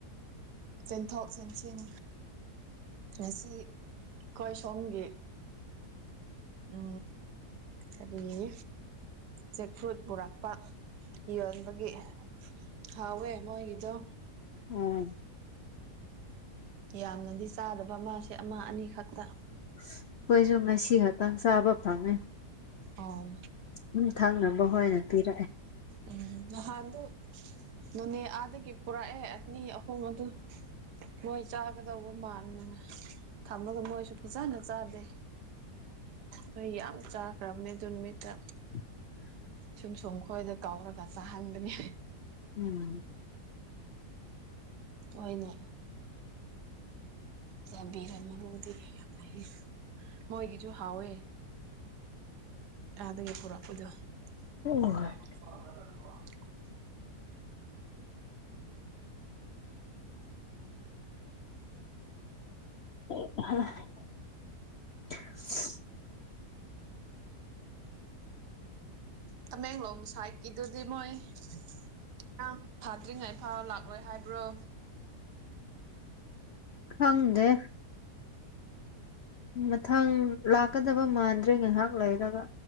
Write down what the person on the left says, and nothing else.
ꯎꯝ
ꯑꯩꯈꯣꯏꯁꯨ ꯉꯁꯤ ꯈꯇꯪ ꯆꯥꯕ ꯐꯪꯉꯦ
ꯎꯝ ꯊꯪꯅꯕ ꯍꯣꯏꯅ ꯄꯤꯔꯛꯑꯦ
<unintelligible>
ꯎꯝ
ꯍꯣꯏ ꯑ
ꯈꯪꯗꯦ ꯃꯊꯪ ꯂꯥꯛꯀꯗꯕ ꯃꯥꯟꯗ꯭ꯔꯦ ꯉꯥꯏꯍꯥꯛ ꯂꯩꯔꯒ